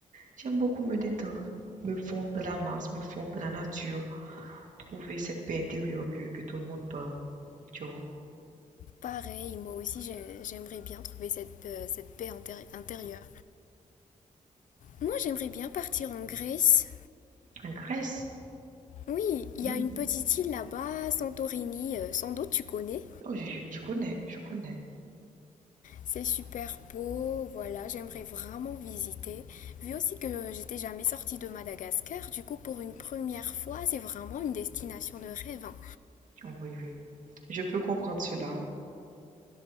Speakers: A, on the right; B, on the left.
A: j'aime beaucoup me détendre, me fondre de la masse, me fondre de la nature, trouver cette paix intérieure que, que tout le monde parle, tu vois.
B: Pareil, moi aussi j'ai- j'aimerais bien trouver cette, euh, cette paix intérie- intérieure. Moi j'aimerais bien partir en Grèce.
A: En Grèce,
B: Oui, il
A: hmm,
B: y a une petite île là-bas, Santorini, euh, sans doute tu connais.
A: oh, je, je- connais, je connais.
B: C'est super beau, voilà, j'aimerais vraiment visiter. Vu aussi que j'étais jamais sortie de Madagascar, du coup pour une première fois, c'est vraiment une destination de rêve. hein.
A: Oh, oui, oui. Je peux comprendre cela.